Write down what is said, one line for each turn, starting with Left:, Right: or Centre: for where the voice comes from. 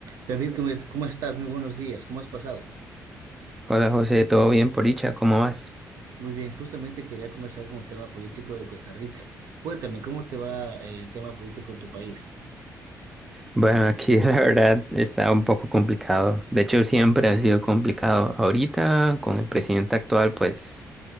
Right: David, ¿cómo cómo estás? Muy buenos días. ¿Cómo has pasado?
Centre: Hola José, ¿todo bien por dicha? ¿Cómo vas?
Right: Muy bien, justamente quería conversar con el tema político de Costa Rica. Cuéntame, ¿cómo te va el tema político en tu país?
Centre: Bueno, aquí <laughs> la verdad está un poco complicado. De hecho, siempre ha sido complicado. Ahorita, con el presidente actual, pues,